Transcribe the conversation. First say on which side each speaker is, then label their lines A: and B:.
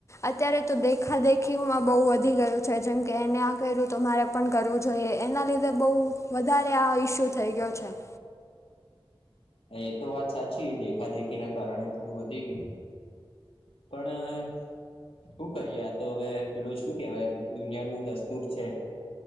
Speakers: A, on the left; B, on the left.
A: અત્યારે તો દેખા-દેખીઓમાં બહુ વધી ગયું છે, જેમ કે એને આ કર્યું તો મારે પન કરવું જોઈએ. એના લીધે બહુ વધારે આ ઇસ્યુ થઈ ગયો છે.
B: હા એ તો વાત સાચી, એ દેખા-દેખી ના કારણે થોડું વધી ગયું. પણ શું કરીએ આ તો હવે પેલું શું કેવાય દુનિયાનું દસ્તુર છે.